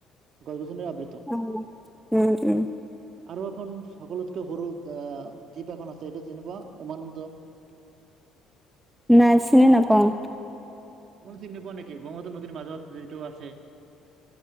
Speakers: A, on the right; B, in the centre.
A: গছ গছনিৰে আবৃত্ত
B: অ', উম, উম।
A: আৰু এখন সকলোতকৈ সৰু দ্বীপ এখন আছে, এইটো চিনি পোৱা উমানন্দ?
B: নাই, চিনি নাপাওঁ।
A: <unintelligible> চিনি নোপোৱা নেকি, ব্ৰহ্মপুত্ৰ নদীৰ মাজত যিটো আছে!